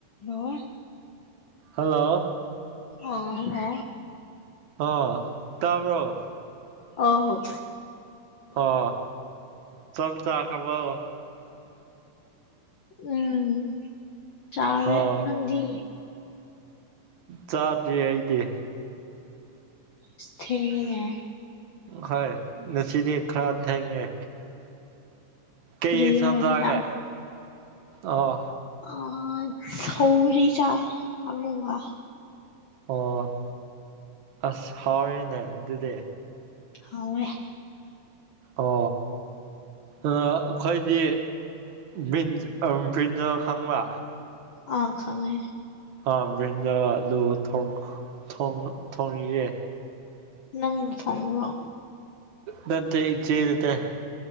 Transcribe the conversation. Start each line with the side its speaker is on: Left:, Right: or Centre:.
Left: hello
Right: hello
Left: ꯑꯥ hello
Right: ꯑ ꯇꯥꯕ꯭ꯔꯣ
Left: ꯑꯧ
Right: ꯑ ꯆꯞ ꯆꯥꯛꯈ꯭ꯔꯕ‌ꯣ
Left: ꯎꯝ ꯆꯥꯔꯦ
Right: ꯑ
Left: ꯅꯪꯗꯤ
Right: ꯆꯥꯗ꯭ꯔꯤ ꯑꯩꯗꯤ
Left: ꯊꯦꯡꯉ‌ꯦꯅꯦ
Right: ꯍꯣꯏ ꯅꯁꯤꯗꯤ ꯈꯔꯗ ꯊꯥꯏꯦ ꯀꯩ
Left: ꯀꯔꯤꯔ
Right: ꯏꯟꯁ ꯖꯥꯒꯦ
Left: ꯍꯤꯟꯖꯥꯡ
Right: ꯑ ꯑ‌ꯣ
Left: ꯑ ꯁꯧꯔꯤ ꯆꯥꯏ ꯑꯂꯨꯉ
Right: ꯑꯣ ꯑꯁ ꯍꯥꯎꯔꯦꯅꯦ ꯑꯗꯨꯗꯤ
Left: ꯍꯥꯎ ꯑꯦ
Right: ꯑꯣ ꯑꯥ ꯑꯩꯈꯣꯏꯗꯤ ꯕꯤꯟ ꯑꯥ ꯕ꯭ꯔꯤꯟ ꯖꯥꯜ ꯈꯪꯕ
Left: ꯑ ꯈꯥꯡꯉꯦ
Right: ꯑ ꯕ꯭ꯔꯤꯟꯖꯂꯨ ꯊꯣꯡꯉꯌꯦ
Left: ꯅꯪꯅꯥ ꯊꯣꯡ ꯑꯣ
Right: ꯅꯠꯇꯦ ꯏꯆꯦ ꯅꯠꯇꯦ